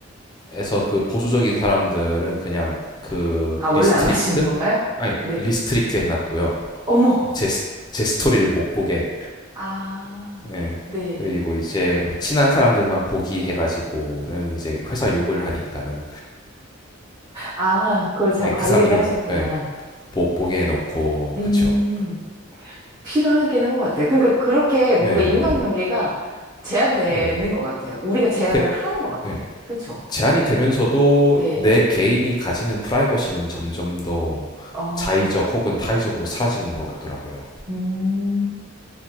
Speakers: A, on the left; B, on the right.
A: 에서 그 보수적인 사람들은 그냥 그
B: 아, 원래
A: 리스트릭트
B: 안 하시는 건가요?
A: 아니
B: 네.
A: 그 리스트릭트 해놨고요
B: 어머!
A: 제, 스- 제 스토리를 못 보게
B: 아,
A: 예.
B: 네.
A: 그리고 이제 뭐 친한 사람들만 보기 해가지고는 이제 회사 욕을 하니까는
B: 아, 그걸 잘
A: 예,
B: 관리를
A: 그 사람들은
B: 하셨구나.
A: 예, 못 보게 해놓고
B: 음,
A: 그쵸
B: 필요하긴 한 것 같아요. 그러니까 그렇게 뭔가
A: 예,
B: 인간관계가 제한되는
A: 예.
B: 것 같아요. 우리가 제한을
A: 그,
B: 하는 것 같아.
A: 예.
B: 그쵸?
A: 제한이 되면서도
B: 네.
A: 내 개인이 가지는 프라이버시는 점점 더
B: 어,
A: 자의적 혹은 타의적으로 사라지는 것 같더라고요
B: 음,